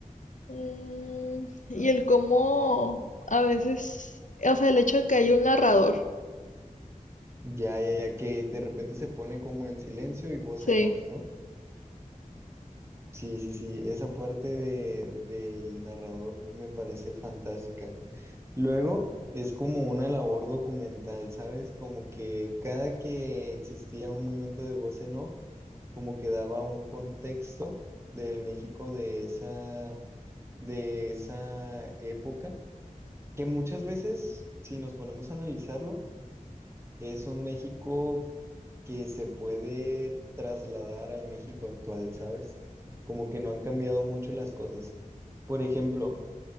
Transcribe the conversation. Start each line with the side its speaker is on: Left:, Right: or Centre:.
Left: Mm, y el cómo a veces, o sea, el hecho de que hay un narrador.
Right: Ya, ya, ya, que de repente se pone como en silencio y voz
Left: Sí.
Right: en off, ¿no? Sí, sí, sí, esa parte de, del narrador me parece fantástica. Luego es como una labor documental, ¿sabes? Como que cada que existía un momento de voz en off, como que daba un contexto del México de esa de esa época, que muchas veces, si nos ponemos a analizarlo, es un México que se puede trasladar al México actual, ¿sabes? Como que no han cambiado mucho las cosas. Por ejemplo,